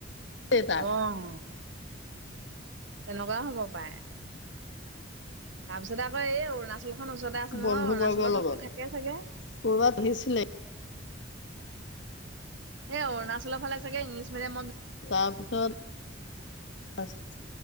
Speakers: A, on the left; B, on the right.
A: <unintelligible>
B: অ', তেনেকুৱাও হ'ব পাৰে। তাৰ পিছত আকৌ এই অৰুণাচলত খনৰ ওচৰতে আছে
A: বন্ধু
B: নহয়। অৰুণাচলটো
A: বৰ্গৰ লগত
B: থাকেই চাগে অ,
A: কৰ'বাত আহিছিলে
B: সেই অৰুণাচলৰ ফালে চাগে ইংলিছ মিডিয়ামত
A: তাৰ পিছত <unintelligible>